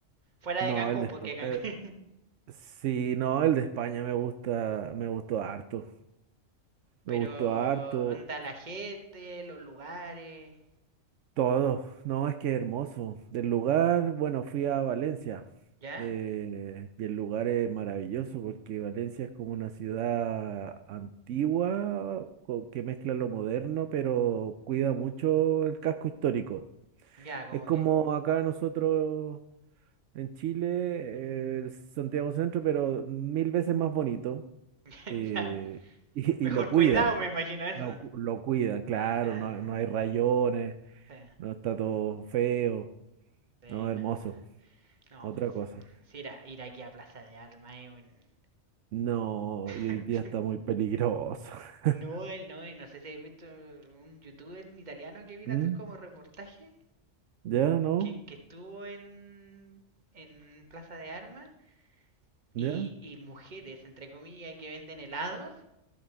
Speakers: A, on the right; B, on the right.
A: Fuera
B: No,
A: de Cancún,
B: el de
A: porque
B: Espa-
A: Cancún...
B: eh, sí, no, el de España me gusta, me gustó harto.
A: Pero
B: Me gustó harto.
A: anda la gente, los lugares,
B: Todo, no, es que hermoso. Del lugar, bueno, fui a Valencia
A: ¿ya?
B: eh, y el lugar es maravilloso porque Valencia es como una ciudad antigua co- que mezcla lo moderno, pero cuida mucho el casco histórico.
A: Ya, como
B: Es como
A: que...
B: acá nosotros en Chile, eh, el Santiago Centro, pero mil veces más bonito
A: <laughs>
B: eh,
A: ya,
B: <laughs> y,
A: mejor
B: y lo cuidan,
A: cuidado
B: po.
A: me imagino eso.
B: Lo, cu- lo cuidan, claro,
A: Ajá,
B: no, no hay rayones.
A: sí,
B: No está todo feo,
A: sí,
B: no hermoso,
A: no. No,
B: otra
A: pues
B: cosa.
A: si ir, a- ir aquí a Plaza de Armas es un...
B: No,
A: <laughs>
B: y hoy día está muy peligroso. <laughs>
A: No, eh, no, no sé si habéis visto un youtuber italiano que vino
B: ¿Mm?
A: a hacer como reportaje,
B: ¿Ya no?
A: que, que estuvo en, en Plaza de Armas y,
B: ¿Ya?
A: y mujeres, entre comillas, que venden helados,